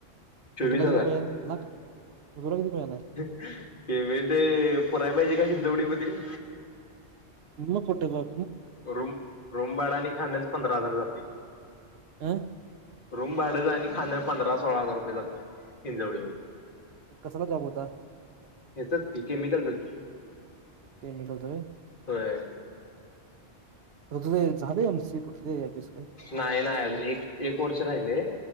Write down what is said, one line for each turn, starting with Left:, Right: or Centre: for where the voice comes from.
Left: चोवीस
Right: म तुला
Left: हजार
Right: किती पाहिजेल लाख? म तुला किती मिळाले?
Left: पेमेंटये पुराय पाहिजे का हिंदवडीमध्ये.
Right: म कुठं बघ
Left: रूम, रूम भाडं आणि खाणचं पंधरा हजार जाते.
Right: अं
Left: रूम भाडंच आणि खाणं पंधरा सोळा हजार रुपये जातं हिंदवडीमध्ये.
Right: कसला जॉब होता?
Left: हेचच की केमिकलचची.
Right: केमिकलचं व्हय?
Left: होय.
Right: उजवे झाले आमचे कुठल दिसलं.
Left: नायी नायी अजून एक, एक वर्ष राहिलेय